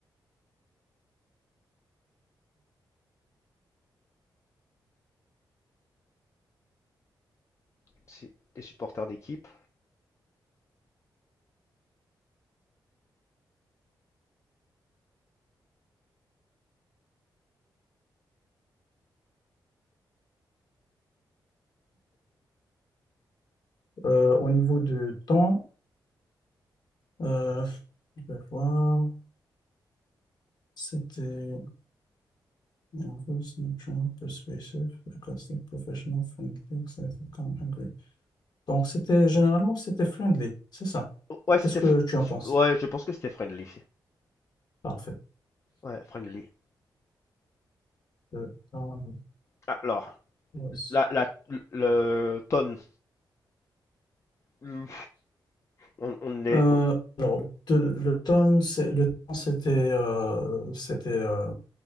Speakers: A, on the left; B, on the left.
A: C'est les supporters d'équipe.
B: Euh, au niveau de temps, euh, je vais voir. C'était nervous, persuasive, sarcastic, professional, friendly, excited, calm, angry. Donc, c'était généralement, c'était friendly, c'est ça.
A: Oh, Ouais, c'était.
B: Qu'est-ce que
A: f-
B: tu en penses?
A: Ouais, je pense que c'était friendly.
B: Parfait.
A: Ouais, friendly.
B: Le temps,
A: Alors,
B: nervous.
A: la, la, le tonne. Hmm, On, on est.
B: Euh,
A: on-
B: alors, le, le temps, c'est- le temps, c'était euh, c'était euh,